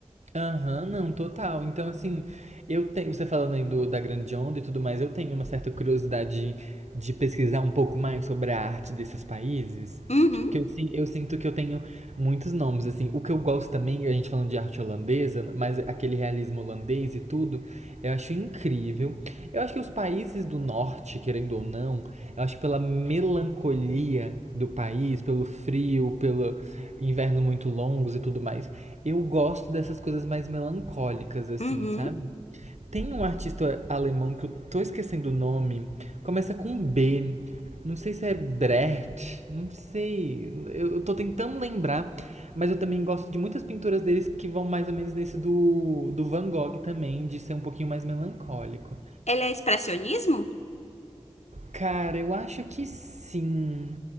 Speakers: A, on the right; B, on the left.
A: Aham, não, total. Então, assim, eu tenho, você falando aí do, da grande onda e tudo mais, eu tenho uma certa curiosidade de pesquisar um pouco mais sobre a arte desses países.
B: Uhum,
A: Porque eu, sin- eu sinto que eu tenho muitos nomes, assim. O que eu gosto também, a gente falando de arte holandesa, mas aquele realismo holandês e tudo, eu acho incrível. Eu acho que os países do norte, querendo ou não, eu acho que pela melancolia do país, pelo frio, pelo inverno muito longos e tudo mais, eu gosto dessas coisas mais melancólicas, assim,
B: uhum.
A: sabe? Tem um artista alemão que eu tô esquecendo o nome, começa com B, não sei se é Brecht, não sei, eu eu tô tentando lembrar, mas eu também gosto de muitas pinturas deles que vão mais ou menos nesse do, do Van Gogh também, de ser um pouquinho mais melancólico.
B: Ele é expressionismo?
A: Cara, eu acho que sim.